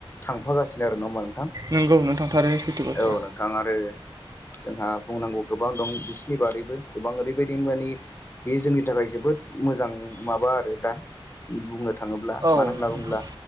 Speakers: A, on the left; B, on the right.
A: थां होगासिनो आरो नंङा होमबा नोंथां
B: नंगौ नोंथां थारैनो सैथो बाथ्रा
A: औ नोंथां आरो। जोंहा बुंनांगौ गोबां दं बिसिनि बारैबो गोबां ओरैबायदि मे बेयो जोंनि थाखाय जोबोद। मोजां माबा आरो दा बुंनो थांङोब्ला
B: औ
A: मानो होनना
B: नोंथां
A: बुङोब्ला